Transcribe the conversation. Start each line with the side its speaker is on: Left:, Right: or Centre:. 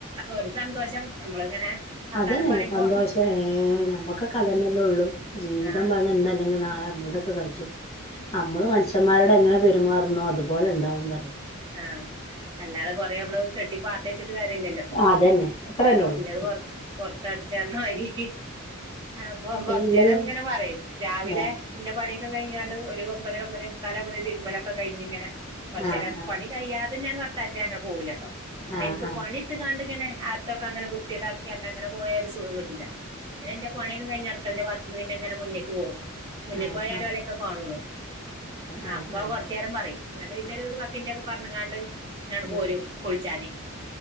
Right: ഒരു സന്തോഷം നമ്മളിങ്ങനെ വർത്താനം
Left: അതന്നെ
Right: പറയുമ്പോ
Left: സന്തോഷം ഏഹ് ഞമ്മക്കൊക്കെ അതന്നെല്ല ഉള്ളു ജീവിതം
Right: ആഹ്
Left: പറഞ്ഞ ഇന്ന് അല്ലെങ്കിൽ നാളെ നമ്മൾത ഒക്കെ കജ്ജും നമ്മള് മനുഷ്യന്മാരോട് എങ്ങനെ പെരുമാറുന്നോ അതുപോലെ ഉണ്ടാവും പറയ
Right: ആഹ് അല്ലാതെ കൊറെ മ്മള് കെട്ടിപ്പാത്ത് വെച്ചിട്ട് കാര്യല്ലല്ലോ.
Left: അതന്നെ അത്രന്നെ ഒള്ളൂ
Right: ഇല്ലത് പൊർ പൊർത്തട്ച്ചാർഞ്ഞ മാരി. അപ്പം കൊർച്ചേരങ്ങനെ
Left: എല്ലതും
Right: പറയും രാവിലെ.
Left: ആഹ്
Right: ഇന്റെ പണ്യൊക്കെ കയ്ഞ്ഞാണ്ട് ഒരു ഒമ്പതര ഒമ്പതേ മുക്കാലോമ്പോത്തിന് തിര്മ്പലൊക്കെ കയ്ഞ്ങ്ങനെ കൊർച്ചരം.
Left: ആഹ്
Right: ഇ കയ്യാതെ ഞാൻ വർത്താനത്തിനങ്ങനെ പോകൂലട്ടോ
Left: ആഹ്
Right: നിൻക്
Left: ആഹ്
Right: പണിട്ത്ത്ക്കാണ്ട്. ങ്ങനെ ആത്തൊക്കങ്ങനെ വൃത്തികേടാക്കിയണ്ടങ്ങനെ പോയ ഒരു സുഖം കിട്ടൂല. പിന്നെന്റെ പണ്യൊക്കെ കയിഞ്ഞ് അട്ക്കളന്റെ <unintelligible> ങ്ങനെ മുന്ന്ക്ക് പോവും. മുന്ന്
Left: ആഹ്
Right: പോയാല്
Left: ആഹ്
Right: ഓലൊക്കെ കാണൊള്ളു ആ
Left: ആഹ്
Right: അപ്പൊ
Left: ആഹ് ആഹ്
Right: കൊർച്ചേരം പറയും ന്നട്ട് പിന്നോരു പ ത്തിൻ്റക്ക് പർഞ്കാണ്ട് ഞാണ്ട്
Left: ഉം
Right: പോരും. വുൾച്ചാന്